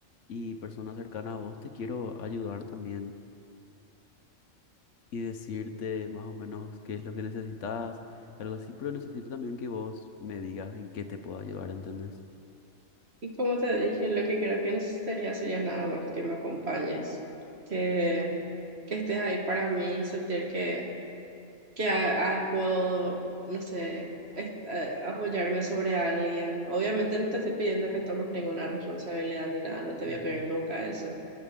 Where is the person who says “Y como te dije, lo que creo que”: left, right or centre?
Right